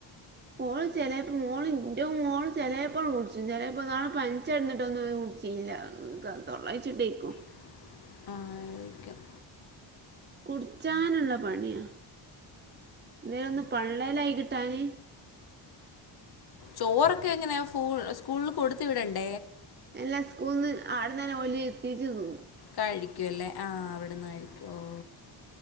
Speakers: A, on the right; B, on the left.
A: മോള് ചിലപ്പോ എന്റെ മോൾചിലപ്പോൾ വിളിച്ചു. ചിലപ്പോ ഇന്നാള്‍ പനിച്ചടഞ്ഞിട്ട് ഒന്ന്.. ചില്ല ക തൊള്ള കൈച്ചിട്ടിര്ക്കും
B: <unintelligible> ആയിരിക്കും
A: കുടിച്ചാനുള്ള പണിയ. ഇതിനൊന്ന് പള്ളേലായി കിട്ടാന്.
B: ചോറൊക്കെ എങ്ങനെയ ഫുള്ള് സ്കൂളിൽ കൊടുത്തു വിടേണ്ട
A: എന്നെ സ്കൂളിൽനിന്ന് അവിടെന്ന് ന്നെ ഓല് എത്തിച്ചു തന്നു.
B: കഴിക്കും അല്ലേ ആഹ് അവിടന്ന് കഴിക്ക ഓ.